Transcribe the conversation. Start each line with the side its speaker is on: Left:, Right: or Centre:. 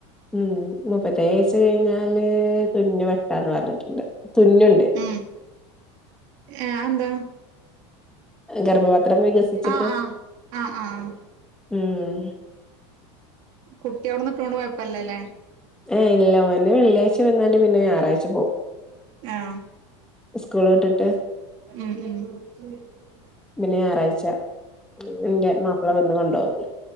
Centre: ഉം മുപ്പത്തേഴാഴ്ച കഴിഞ്ഞാല് <unintelligible> ണ്ടാന്ന് പറഞ്ഞിട്ടുണ്ട് തുന്നുണ്ട്
Right: ഉം ഏഹ് ആന്താ?
Centre: ഗർഭപാത്രം വികസിച്ചിട്ട്
Right: ആഹ് ആഹ് ആഹ് ആഹ്
Centre: ഉം
Right: കുട്ടി അവിടെ നിക്കണോണ്ട് കൊഴപ്പല്ലല്ലേ
Centre: ഏയ് ഇല്ല ഓന് വെള്ളിയാഴ്ച വന്നാണ്ട് പിന്നെ ഞായറാഴ്ച പോവും
Right: ആഹ്
Centre: ഉസ്കൂൾ വിട്ടിട്ട്
Right: ഉം ഉം ഉം
Centre: പിന്നെ ഞായറാഴ്ച എന്റെ മാപ്പിള വന്ന് കൊണ്ടോവും